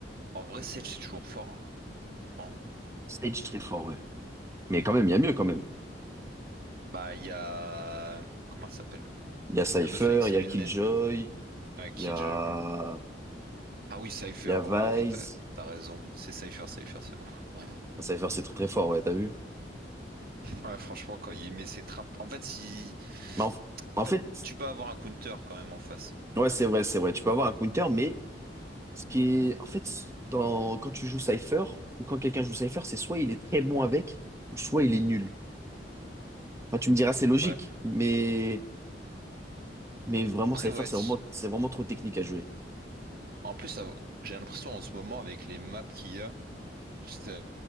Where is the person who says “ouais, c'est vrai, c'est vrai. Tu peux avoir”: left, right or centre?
Right